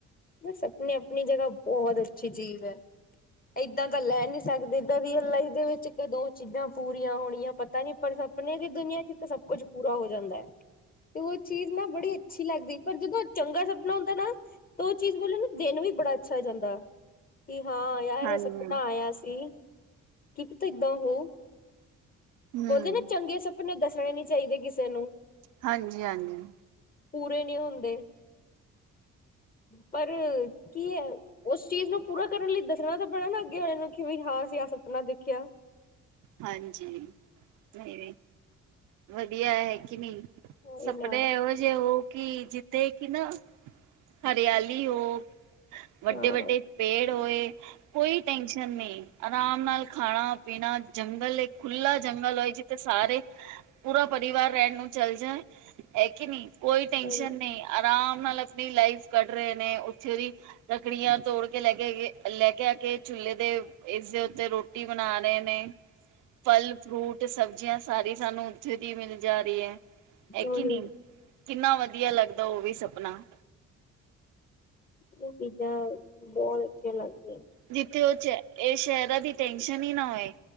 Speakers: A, on the left; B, on the right.
A: ਬਸ ਆਪਣੀ -ਆਪਣੀ ਜਗ੍ਹਾ ਬੋਹਤ ਅੱਛੀ ਚੀਜ਼ ਐ। ਏਦਾਂ ਤਾਂ ਲੈ ਨਈ ਸਕਦੇ, ਏਦਾਂ ਰੀਅਲ ਲਾਈਫ ਦੇ ਵਿੱਚ ਕਦੋਂ ਚੀਜ਼ਾਂ ਪੂਰੀਆਂ ਹੋਣੀਆਂ ਪਤਾ ਨੀ ਪਰ ਸਭ। ਆਪਣੇ ਦੀ ਦੁਨੀਆਂ ਚ ਤਾਂ ਸਭ ਕੁੱਝ ਪੂਰਾ ਹੋ ਜਾਂਦਾ, ਤੇ ਓਹ ਚੀਜ਼ ਨਾ ਬੜੀ ਅੱਛੀ ਲੱਗਦੀ, ਪਰ ਜਦੋਂ ਚੰਗਾ ਸਪਨਾ ਆਂਦਾ ਨਾ ਤਾਂ, ਓਹ ਚੀਜ਼ ਮਤਲਬ ਨਾ ਦਿਨ ਵੀ ਬੜਾ ਅੱਛਾ ਜਾਂਦਾ। ਕਿ ਹਾਂ ਯਾਰ
B: ਹਾਂਜੀ
A: ਏ ਸਪਨਾ ਆਇਆ ਸੀ ਕਿ ਪਤਾ ਏਦਾ ਹੋਓ।
B: ਹੂੰ
A: ਬੋਲਦੇ ਨਾ ਚੰਗੇ ਸਪਨੇ ਦੱਸਣੇ ਨੀ ਚਾਈਦੇ ਕਿਸੇ ਨੂੰ
B: ਹਾਂਜੀ- ਹਾਂਜੀ।
A: ਪੂਰੇ ਨੀ ਹੁੰਦੇ, ਪਰ ਕੀ ਐ ਓਸ ਚੀਜ਼ ਨੂੰ ਪੂਰਾ ਕਰਨ ਲਈ ਦੱਸਣਾ ਤਾਂ ਪੈਣਾ ਨਾ ਅੱਗੇ ਵਾਲੇ ਨੂੰ ਕਿ ਵਈ ਹਾ ਅਸੀ ਆ ਸਪਨਾ ਦੇਖਿਆ।
B: ਹਾਂਜੀ, ਨਈ ਵੱਧੀਆ ਹੈ ਕਿ ਨਈ
A: ਇਹ
B: ਸਪਨੇ
A: ਨਾ
B: ਓ, ਏ ਜੇ, ਓ, ਕਿ ਜਿੱਦੇ ਕਿ ਨਾ ਹਰਿਆਲੀ ਹੋ ਵੱਡੇ
A: ਹਾਂ
B: -ਵੱਡੇ ਪੇੜ ਹੋਏ ਕੋਈ ਟੈਨਸ਼ਨ ਨਈ ਆਰਾਮ ਨਾਲ ਖਾਣਾ -ਪੀਣਾ ਜੰਗਲ ਇੱਕ ਖੁਲਾ ਜੰਗਲ ਹੋਏ ਜਿੱਥੇ ਸਾਰੇ ਪੂਰਾ ਪਰਿਵਾਰ ਰੈਣ ਨੂੰ ਚੱਲ ਜਾਏ ਹੈ ਕਿ ਨਈ, ਕੋਈ ਟੈਸ਼ਨ
A: ਹੂੰ
B: ਨਈ। ਆਰਾਮ ਨਾਲ ਆਪਣੀ ਲਾਈਫ ਕੱਢ ਰਏ ਨੇ ਓਥੇ ਦੀ ਲੱਕੜੀਆਂ ਤੋੜ ਕੇ ਲੈ, ਕੇ, ਆਈਏ ਲੈ, ਕੇ, ਆ ਕੇ, ਚੁੇਲੇ ਤੇ ਇਸਦੇ ਉੱਤੇ ਰੋਟੀ ਬਨਾ ਰਏ ਨੇ। ਫਲ ਫਰੂਟ ਸਬਜ਼ੀਆਂ ਸਾਰੀ ਸਾਨੂੰ ਓਥੇ ਦੀ ਮਿਲ ਜਾ ਰਈ ਐ
A: ਉਹੀ
B: ਕੇ ਨਈਂ।
A: ਇਹ
B: ਕਿੰਨਾ ਵਦੀਆ ਲੱਗਦਾ ਓ ਵੀ ਸਪਨਾ।
A: ਕੁਝ ਚੀਜ਼ਾਂ ਬੋਤ ਅੱਛੀਆਂ ਲੱਗਦੀਆਂ।
B: ਜਿੱਥੇ ਓ ਚ ਐ ਸ਼ੈਰਾਂ ਦੀ ਟੈਂਨਸ਼ਨ ਈ ਨਾ ਹੋਏ।